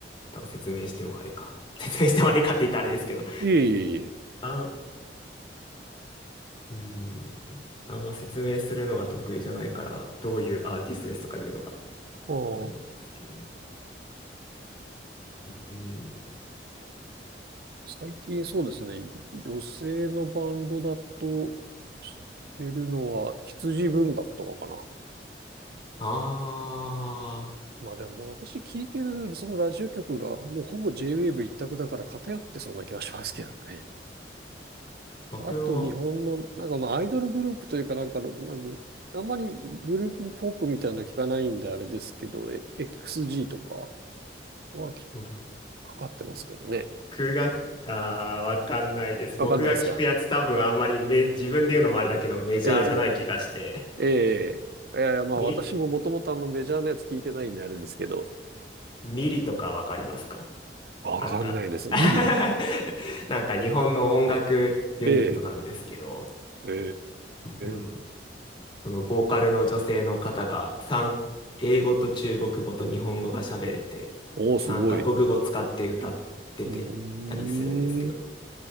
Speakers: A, on the left; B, on the right.
A: 多分説明してもあれか。<laughs> 説明してもあれかって言ったらあれですけど。
B: い。いえいえいえ。
A: あ、うーん。あんま説明するのが得意じゃないから、どういうアーティストですとかいうのが
B: ああ、
A: あれなんですけど。うん。
B: 最近そうですね。女性のバンドだと知ってるのは羊文学とかかな。
A: ああ、
B: まあでも私聞いてるそのラジオ局がもうほぼ J-Wave 一択だから偏ってそうな気がしますけどね。
A: 僕も、
B: あと日本のなんかまあアイドルグループというかなんかあの、あんまりグループポップみたいなの聞かないんであれですけど、え XG とかはき
A: うん
B: かかってますけどね。
A: 僕が、ああ、わかんないです。
B: わかんないですか。
A: 僕が聞くやつ多分あんまりめ、自分で言うのもあれだけど、メジャーじゃない気がして。
B: ええ、ええ、ええ、まあ私ももともとあんまメジャーなやつ聞いてないんであれですけど、
A: みミリとかわかりますか
B: わかんないです。
A: なんか <laughs>
B: ミリ
A: なんか日本の音楽ユニットなんですけど、
B: ええ、え
A: うん、
B: え、
A: そのボーカルの女性の方が三英語と中国語と日本語が喋れて、
B: おーすごい。
A: 三カ国語使って歌っててたりするんですけど、
B: うーん